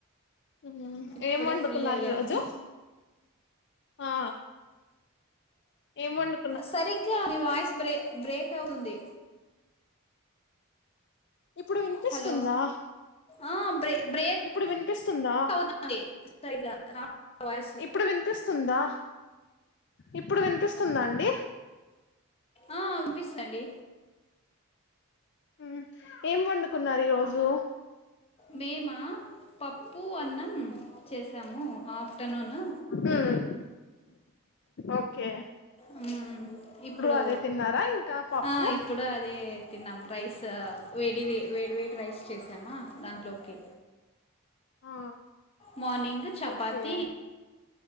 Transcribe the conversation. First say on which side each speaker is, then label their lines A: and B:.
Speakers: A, on the left; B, on the left.
A: ఉమ్ ఏం
B: ఇప్పుడే
A: వండుకున్నారు
B: ఫ్రీ అయ్యాము
A: ఈరోజు ఆ ఏం వండు
B: సరిగ్గా మీ వాయిస్ బ్రే బ్రేక్ అవుతుంది
A: ఇప్పుడు వినిపిస్తుందా
B: హలో ఆ బ్రే బ్రేక్
A: ఇప్పుడు వినిపిస్తుందా
B: అవుతుంది సరిగా రావట్లేదు వాయిస్
A: ఇప్పుడు వినిపిస్తుందా ఇప్పుడు వినిపిస్తుందా అండి
B: ఆ వినిపిస్తుందండి
A: ఉమ్ ఏం వండుకున్నారు ఈ రోజు
B: మేమ పప్పు అన్న మ్ చేసాము ఆఫ్టర్నూను
A: ఉమ్ ఓకే
B: ఉమ్ ఇప్పుడు
A: అదే తిన్నారా ఇంకా పప్పు
B: ఆ ఇప్పుడు అదే తిన్నాం రైస్ వేడిది వేడి వేడి రైస్ చేసామా దాంట్లోకి
A: ఆ
B: మార్నింగ్ చపాతి
A: ఓకే